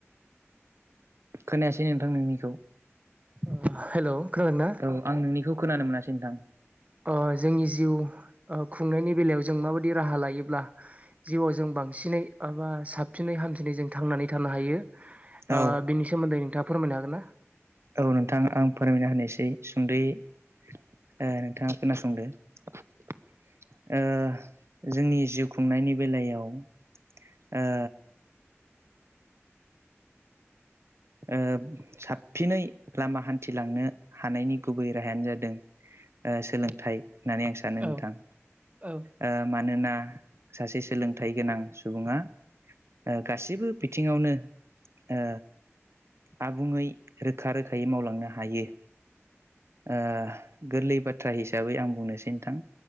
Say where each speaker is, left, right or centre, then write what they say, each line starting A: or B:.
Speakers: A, on the right; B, on the right.
A: खोनायासै नोंथां नोंनिखौ?
B: ओ हेल' खोनादोंना?
A: औ आं नोंनिखौ खोनानो मोनासै नोंथां।
B: ओ जोंनि जिउ ओ खुंनायनि बेलायाव जों माबायदि राहा लायोब्ला जिउआव जों बांसिनै एबा साबसिनै हामसिनै जों थांनानै थानो हायो। ओ
A: औ
B: बिनि सोमोन्दै नोंथाङा फोरमायनो हागोन ना?
A: औ नोंथां आं फोरमायना होनोसै सुंदै ओ नोंथाङा खोनासंदो। ओ जोंनि जिउ खुंनायनि बेलायाव ओ ओ साबसिनै लामा हान्थिलांनो हानायनि गुबै राहायानो जादों ओ सोलोंथाइ होननानै आं सानो
B: औ
A: नोंथां
B: औ
A: ओ मानोना ना सासे सोलोंथाइ गोनां सुबुङा ओ गासिबो बिथिङावनो ओ आबुङै रोखा रोखायै मावलांनो हायो। ओ गोरलै बाथ्रा हिसाबै आं बुंनोसै नोंथां।